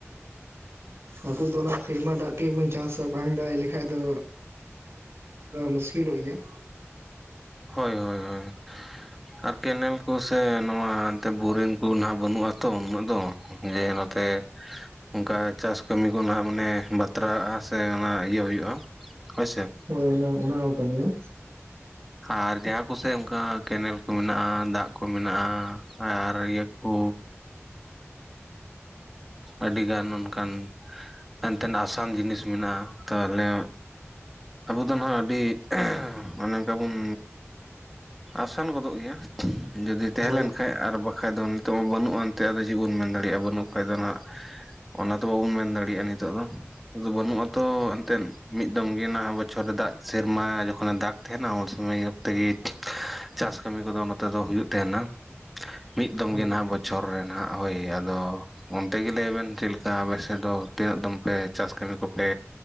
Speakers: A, on the right; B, in the centre.
A: ᱟᱵᱚ ᱫᱚ ᱚᱱᱟ ᱥᱮᱨᱢᱟ ᱫᱟᱜ ᱛᱮᱜᱮ ᱵᱚᱱ ᱪᱟᱥᱟ ᱵᱟᱝ ᱫᱟᱜ ᱞᱮᱠᱷᱟᱡ ᱫᱚ ᱢᱩᱥᱠᱤᱞ ᱞᱚᱜ ᱜᱮᱭᱟ
B: ᱦᱳᱭ ᱦᱳᱭ ᱦᱳᱭ ᱟᱨ ᱠᱮᱱᱮᱞ ᱠᱚ ᱥᱮ ᱱᱚᱣᱟ ᱮᱱᱛᱮ ᱵᱳᱨᱤᱝ ᱠᱚ ᱱᱟᱦᱟᱜ ᱵᱟᱹᱱᱩᱜᱼᱟᱛᱚ ᱩᱱᱟᱹᱜ ᱫᱚ ᱡᱮ ᱱᱚᱛᱮ ᱚᱱᱠᱟ ᱪᱟᱥ ᱠᱟᱹᱢᱤ ᱠᱚ ᱱᱟᱦᱟᱜ ᱢᱟᱱᱮ ᱵᱟᱛᱨᱟᱜᱼᱟ ᱥᱮ ᱚᱱᱟ ᱤᱭᱟᱹ ᱦᱩᱭᱩᱜᱼᱟ ᱦᱳᱭ ᱥᱮ
A: ᱦᱳᱭ ᱚᱱᱟ ᱚᱱᱟ ᱦᱚᱸ ᱠᱟᱱ ᱜᱮᱭᱟ
B: ᱟᱨ ᱡᱟᱦᱟᱸ ᱠᱚᱥᱮᱫ ᱚᱱᱠᱟ ᱠᱮᱱᱮᱞ ᱠᱚ ᱢᱮᱱᱟᱜᱼᱟ ᱫᱟᱜ ᱠᱚ ᱢᱮᱱᱟᱜᱼᱟ ᱟᱨ ᱤᱭᱟᱹ ᱠᱚ ᱟᱹᱰᱤᱜᱟᱱ ᱚᱱᱠᱟᱱ ᱮᱱᱛᱮᱱ ᱟᱥᱟᱱ ᱡᱤᱱᱤᱥ ᱢᱮᱱᱟᱜᱼᱟ ᱛᱟᱦᱚᱞᱮ ᱟᱵᱚ ᱫᱚ ᱦᱟᱸᱜ ᱟᱹᱰᱤ ᱚᱱᱮ ᱚᱱᱠᱟ ᱵᱚᱱ ᱟᱥᱟᱱ ᱜᱚᱫᱚᱜ ᱜᱮᱭᱟ ᱡᱩᱚᱫᱤ ᱛᱟᱦᱮᱸ
A: ᱦᱳᱭ
B: ᱞᱮᱱ ᱠᱷᱟᱡ ᱟᱨ ᱵᱟᱠᱟᱱᱡ ᱫᱚ ᱱᱤᱛᱚᱜ ᱢᱟ ᱵᱟᱹᱱᱩᱜᱼᱟ ᱮᱱᱛᱮᱫ ᱟᱫᱚ ᱪᱮᱫ ᱵᱚᱱ ᱢᱮᱱ ᱫᱟᱲᱮᱭᱟᱜᱼᱟ ᱵᱟᱹᱱᱩᱜ ᱠᱷᱟᱡ ᱫᱚᱱᱟᱜ ᱚᱱᱟ ᱛᱚ ᱵᱟᱵᱚᱱ ᱢᱮᱱ ᱫᱟᱲᱮᱭᱟᱜᱼᱟ ᱱᱤᱛᱳᱜ ᱫᱚ ᱟᱫᱚ ᱵᱟᱹᱱᱩᱜ ᱟᱛᱚ ᱮᱱᱛᱮᱫ ᱢᱤᱫ ᱫᱚᱢ ᱜᱮ ᱱᱟᱦᱟᱜ ᱵᱚᱪᱷᱚᱨ ᱨᱮ ᱫᱟᱜ ᱥᱮᱨᱢᱟ ᱡᱚᱠᱷᱚᱱᱮ ᱫᱟᱜᱽ ᱛᱟᱦᱮᱱᱟ ᱩᱱ ᱥᱚᱢᱚᱭ ᱜᱮ ᱛᱮᱜᱮ ᱪᱟᱥ ᱠᱟᱹᱢᱤ ᱠᱚᱫᱚ ᱱᱚᱛᱮ ᱫᱚ ᱦᱩᱭᱩᱜ ᱛᱟᱦᱮᱱᱟ᱾ ᱢᱤᱫ ᱫᱚᱢ
A: ᱦᱳᱭ
B: ᱜᱮ ᱱᱟᱦᱟᱜ ᱵᱚᱪᱷᱚᱨ ᱨᱮ ᱱᱟᱦᱟᱜ ᱦᱳᱭ ᱟᱫᱚ ᱛᱮᱜᱮ ᱞᱟᱹᱭᱵᱤᱱ ᱪᱮᱫ ᱞᱮᱠᱟ ᱟᱯᱮᱥᱮᱫ ᱫᱚ ᱛᱤᱱᱟᱹᱜ ᱫᱚᱢ ᱯᱮ ᱪᱟᱥ ᱠᱟᱹᱢᱤ ᱠᱚᱯᱮ